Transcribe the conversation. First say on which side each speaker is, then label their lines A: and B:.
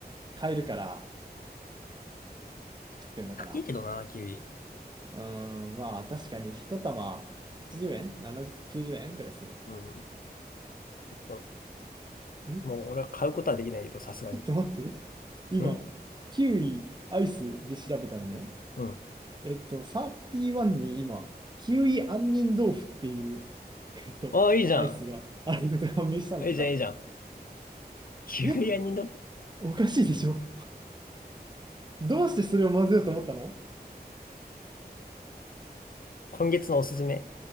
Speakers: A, on the right; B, on the left.
A: 買えるから食ってんのかな。
B: 高いけどな、キウイ。
A: うーん、まあ確かに一玉80円 ?70、90円ぐらいする。
B: うん。そう
A: え、
B: もう俺は買うことはできないけど、
A: ち
B: さすがに。
A: ょ、ちょっと待って。今、
B: うん
A: キウイアイスで調べたらね、
B: うん。
A: えっと、31に今、キウイ杏仁豆腐っていう、えっと、
B: ああ、いいじゃん。
A: アイスがあることが判明したんだけど、
B: いいじゃん、いいじゃん。キウイ屋にどっ
A: え、おかしいでしょどうしてそれを混ぜようと思ったの
B: 今月のおすすめ。